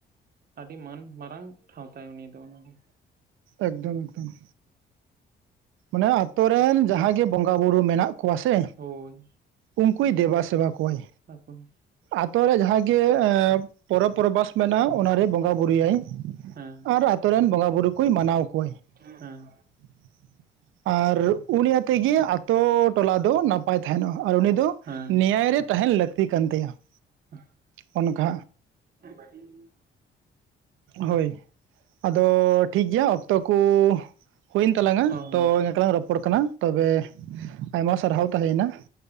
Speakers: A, on the right (about 50°); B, on the right (about 85°).
A: ᱟᱹᱰᱤ ᱢᱟᱹᱱ ᱢᱟᱨᱟᱝ ᱴᱷᱟᱶ ᱛᱟᱭ ᱩᱱᱤ ᱫᱚ ᱚᱱᱟ ᱜᱮ
B: ᱮᱠᱫᱚᱢ ᱮᱠᱫᱚᱢ ᱾ ᱱᱚᱣᱟ ᱟᱛᱳ ᱨᱮᱱ ᱡᱟᱦᱟᱸ ᱜᱮ ᱵᱚᱸᱜᱟ ᱵᱩᱨᱩ ᱢᱮᱱᱟᱜ ᱠᱚᱣᱟ ᱥᱮ
A: ᱦᱳᱭ
B: ᱩᱱᱠᱩᱭ ᱫᱮᱵᱟ ᱥᱮᱵᱟ ᱠᱚᱣᱟᱭ᱾
A: <inaudible>
B: ᱟᱛᱳ ᱨᱮ ᱡᱟᱦᱟᱸᱜᱮ ᱯᱚᱨᱚᱵᱽ ᱯᱚᱨᱵᱷᱟᱥ ᱢᱮᱱᱟᱜ ᱚᱱᱟᱨᱮ ᱵᱚᱸᱜᱟ ᱵᱨᱩᱭᱟᱭ ᱾
A: ᱦᱮᱸ
B: ᱟᱨ ᱟᱛᱳ ᱨᱮᱱ ᱵᱚᱸᱜᱟ-ᱵᱩᱨᱩ ᱠᱚᱭ ᱢᱟᱱᱟᱣ ᱠᱚᱣᱟᱭ
A: ᱦᱮᱸ
B: ᱾ ᱟᱨ ᱩᱱᱤ ᱟᱛᱮᱜ ᱜᱮ ᱟᱛᱳ ᱴᱚᱞᱟ ᱫᱚ ᱱᱟᱯᱟᱭ ᱛᱟᱦᱮᱱᱟ ᱟᱨ ᱩᱱᱤ ᱫᱚ
A: ᱦᱮᱸ
B: ᱱᱮᱭᱟᱭ ᱨᱮ ᱛᱟᱦᱮᱱ ᱞᱟᱹᱠᱛᱤ ᱠᱟᱱ ᱛᱟᱭᱟ ᱾
A: <inaudible>
B: ᱚᱱᱠᱟ
A: <unintelligible>
B: ᱦᱚᱭ ᱟᱫᱚ ᱴᱷᱤᱠ ᱜᱮᱭᱟ ᱚᱠᱛᱚ ᱠᱚᱻ ᱦᱩᱭ ᱮᱱ ᱛᱟᱞᱟᱝᱟ,
A: ᱚ
B: ᱛᱚ ᱮᱱᱠᱟ ᱞᱟᱝ ᱨᱚᱯᱚᱲ ᱠᱟᱱᱟ, ᱛᱚᱵᱮ ᱟᱭᱢᱟ ᱥᱟᱨᱦᱟᱣ ᱛᱟᱦᱮᱸ ᱮᱱᱟ ᱾